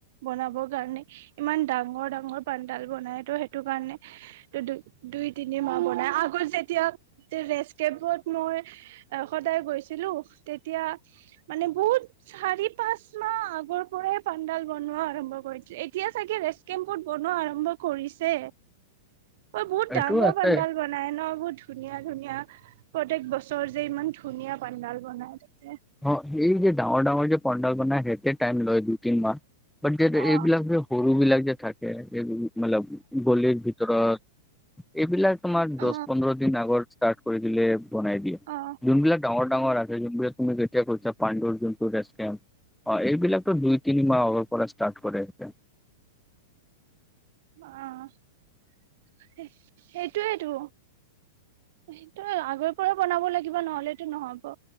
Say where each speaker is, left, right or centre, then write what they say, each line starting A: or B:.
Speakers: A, on the right (about 60°); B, in the centre.
A: বনাবৰ কাৰণে ইমান ডাঙৰ ডাঙৰ পানডাল বনাই, তো সেইটো কাৰণে ত দু দুই তিনি মাহ বনাই আগত যেতিয়া ৰেচ কেমত মই সদায় গৈছিলো, তেতিয়া মানে বহুত চাৰি পাঁচ মাহ আগৰ পৰাই পাণ্ডাল বনোৱা আৰম্ভ কৰি এতিয়া, চাগে ৰেচ কেম্পুত বনোৱা আৰম্ভ কৰিছে। অ' বহুত
B: এইটো
A: ডাঙৰ
B: আছে
A: পাডাল বনাই ন বহুত ধুনীয়া ধুনীয়া প্ৰত্য়েক বছৰ যে ইমান ধুনীয়া পাডাল বনাই।
B: অ' এই যে ডাঙৰ ডাঙৰ যে পণ্ডাল বনাই, সেইতে টাইম লয় দুই তিন মাহ বাট যে
A: অ
B: এইবিলাক যে সৰু বিলাক যে থাকে এইব মলে গলিৰ ভিতৰত এইবিলাক তোমাৰ দহ
A: অ
B: পোন্ধৰ দিন আগৰ ষ্টাৰ্ট কৰি দিলে বনাই দিয়ে
A: অ
B: যোনবিলাক ডাঙৰ ডাঙৰ আছে যোনবিলাক তুমি <unintelligible> পাণ্ডুৰ যোন্ত ৰেষ্ট কেম্প অ' এইবিলাকতটো দুই তিনি মাহ আগাৰ পৰা ষ্টাৰ্ট কৰে এনেকে।
A: অ' সেইটোৱেইতো। সেইটোৱেই আগৰ পৰা বনাব লাগিব, নহলেতটো নহব।